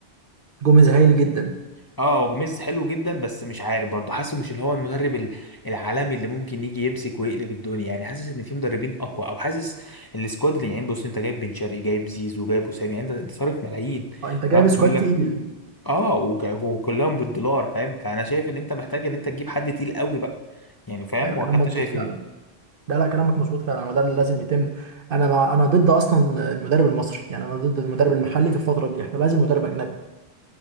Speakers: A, on the right; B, on the left.
A: جوميز هايل جدا
B: اه جوميز حلو جدا بس مش عارف برضه حاسه مش اللي هو المدرب ال- العالمي اللي ممكن يجي يمسك ويقلب الدنيا يعني حاسس ان في مدربين اقوى او حاسس السكواد اللي يعني بص انت جايب بن شرقي جايب زيزو جايب وسام يعني انت انت صارف ملايين
A: اه انت جايب
B: تمام بيقول
A: سكواد
B: لك
A: تقيل
B: اه وك- وكلهم بالدولار فاهم فانا شايف ان انت محتاج ان انت تجيب حد تقيل قوي بقى يعني فاهم
A: ايوه
B: ولا
A: كلام
B: انت
A: مظبوط
B: شايف
A: فعلا
B: ايه
A: ده لا كلامك مظبوط فعلا وده اللي لازم يتم انا مع انا ضد اصلا المدرب المصري يعني انا ضد المدرب المحلي في الفتره دي احنا لازم مدرب اجنبي